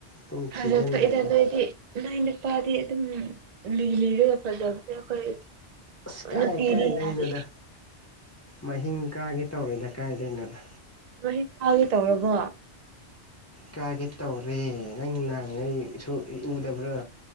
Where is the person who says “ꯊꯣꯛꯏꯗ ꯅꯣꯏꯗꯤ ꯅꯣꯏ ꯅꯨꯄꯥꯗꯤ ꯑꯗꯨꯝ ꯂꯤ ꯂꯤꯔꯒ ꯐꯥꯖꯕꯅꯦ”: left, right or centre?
Right